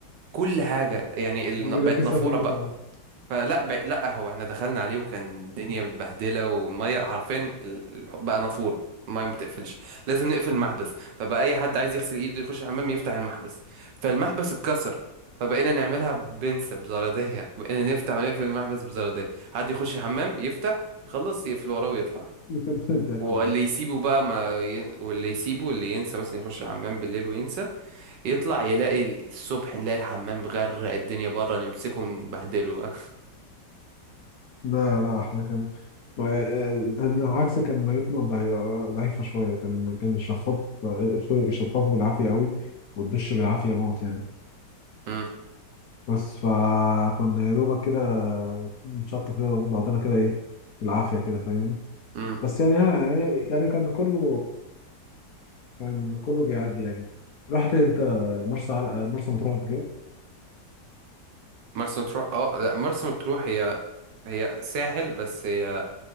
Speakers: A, on the right (about 80°); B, on the left (about 60°).
A: كل حاجة يعني ال...
B: بيلبسها
A: بقت نافورة
B: فيكوا
A: بقى
B: طبعا
A: فلا بع... لا هو احنا دخلنا عليه وكان الدنيا متبهدله والميه حرفيا ال- بقى نافور الميه ما بتقفلش لازم نقفل
B: <laughs>
A: المحبس فبقى اي حد عايز يغسل ايده يخش الحمام يفتح المحبس فالمحبس اتكسر فبقينا نعملها بنسة بزرادية بقينا نفتح ونقفل المحبس بزرادية حد يخش الحمام يفتح يخلص يقفل وراه ويطلع
B: يخرب بيتك
A: واللي
B: والله
A: يسيبه بقى ما ي... واللي يسيبه اللي ينسى مثلا يخش الحمام بالليل وينسى يطلع يلاقي الصبح نلاقي الحمام غرق الدنيا بره نمسكه ونبهدله بقى
B: لا لا احنا كان آه، العكس كان ميتنا ضعي- ضعيفة شوية كان كان الشفاط الشطاف بالعافية قوي والدش بالعافية موت يعني.
A: <laughs>
B: بس فكنا يا دوبك كده بنشطف كده بعضنا كده ايه بالعافية كده فاهمني
A: مم.
B: بس يعني ها يعني كان كله كان كله بيعدي يعني رحت انت مرسى على مرسى مطروح قبل كده
A: مرسى مطروح اه لا مرسى مطروح هي هي ساحل بس هي